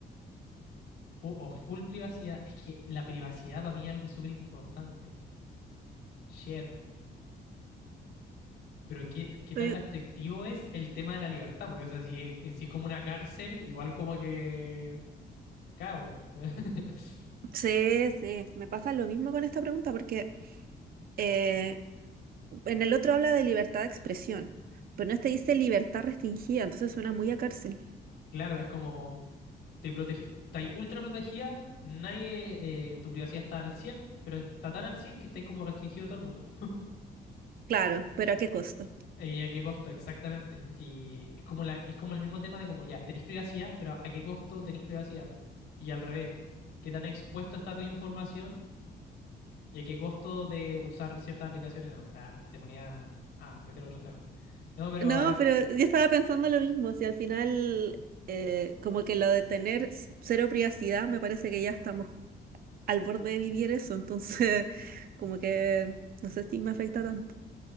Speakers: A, on the left (about 85°); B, on the right (about 55°).
A: Fu- o full privacidad. Es que la privacidad para mí es algo súper importante. Shit. Pero qué, qué
B: Pero-
A: tan restrictivo es el tema de la libertad, porque, o sea, si es, si es como una cárcel, igual como que... Cago. <laughs>
B: sí, sí, me pasa lo mismo con esta pregunta porque eh, en el otro habla de libertad de expresión, pero en este dice libertad restringida, entonces suena muy a cárcel.
A: Claro, es como... Te protege, estáis ultra protegida, nadie... eh, tu privacidad está al 100 pero está tan al 100 que estáis como restringido todo el mundo.
B: Claro, pero ¿a qué costo?
A: Eh, ¿Y a qué costo? Exactamente. Si es como la, es como el mismo tema de como ya, tenéis privacidad, pero ¿a qué costo tenéis privacidad? Y al revés, ¿qué tan expuesto está tu información? ¿Y a qué costo de usar ciertas aplicaciones? además Ah, se ponía a meter otros temas. No, pero
B: No,
A: a ver,
B: pero yo estaba pensando lo mismo, si al final eh, como que lo de tener s- cero privacidad, me parece que ya estamos al borde de vivir eso, entonces <laughs> como que no sé si me afecta tanto.